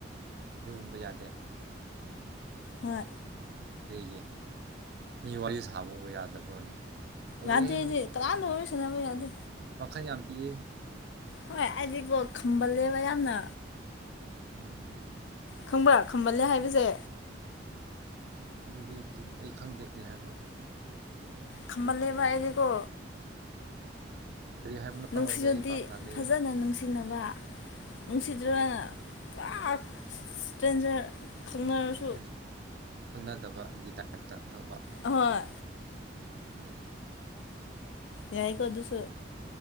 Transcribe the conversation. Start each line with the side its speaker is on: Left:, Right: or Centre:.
Right: ꯑꯗꯨꯒꯨꯝꯕ ꯌꯥꯗꯦ
Left: ꯍꯣꯏ
Right: ꯀꯩꯒꯤ ꯃꯤ ꯋꯥꯔꯤ ꯁꯥꯕꯕꯨ ꯌꯥꯗꯕ꯭ꯔꯣꯅꯦ ꯑꯣꯏꯔꯦꯍꯦ
Left: ꯌꯥꯗꯦ ꯑꯩꯗꯤ ꯀꯅꯥꯝꯗ ꯋꯥꯔꯤ ꯁꯥꯟꯅꯕ ꯌꯥꯗꯦ
Right: ꯋꯥꯈꯟ ꯌꯥꯝ ꯄꯤꯛꯑꯦ
Left: ꯍꯣꯏ ꯑꯩꯗꯤꯀꯣ ꯈꯝꯕꯜꯂꯦꯕ ꯌꯥꯝꯅ
Right: ꯎꯝ
Left: ꯈꯪꯕ꯭ꯔꯥ ꯈꯝꯕꯜꯂꯦ ꯍꯥꯏꯕꯁꯦ
Right: ꯑꯗꯨꯗꯤ ꯇꯤꯟ ꯑꯩ ꯈꯪꯗꯦ ꯀꯔꯤ ꯍꯥꯏꯕ꯭ꯔꯣ
Left: ꯈꯝꯕꯜꯂꯦꯕ ꯑꯩꯗꯤꯀꯣ
Right: ꯀꯔꯤ ꯍꯥꯏꯕꯅꯣ
Left: ꯅꯨꯡꯁꯤꯔꯗꯤ
Right: ꯑꯗꯣ ꯑꯩ ꯚꯥꯞ ꯇꯥꯗꯦ
Left: ꯐꯖꯅ ꯅꯨꯡꯁꯤꯅꯕ ꯅꯨꯡꯁꯤꯗ꯭ꯔꯒꯅ
Right: ꯎꯝ
Left: ꯄꯨꯔꯥ ꯏꯁꯇ꯭ꯔꯦꯟꯖ꯭ꯔ ꯈꯪꯅꯔꯁꯨ
Right: ꯎꯝ ꯈꯪꯅꯗꯕꯒꯤ ꯇꯥꯏꯞꯇ ꯇꯧꯕ
Left: ꯍꯣꯏ
Right: ꯎꯝ
Left: ꯌꯥꯏ ꯀꯣ ꯑꯗꯨꯁꯨ